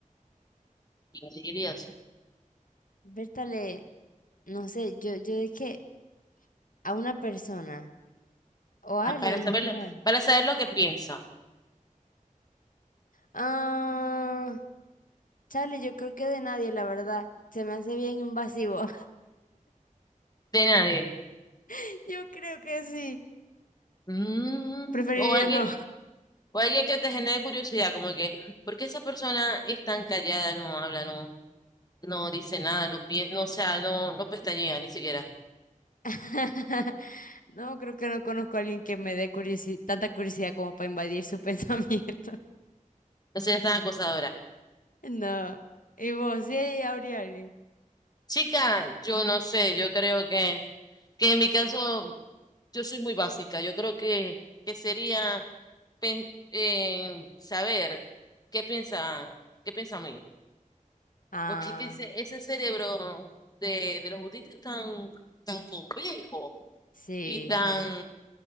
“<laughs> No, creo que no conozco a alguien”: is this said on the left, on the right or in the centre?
Left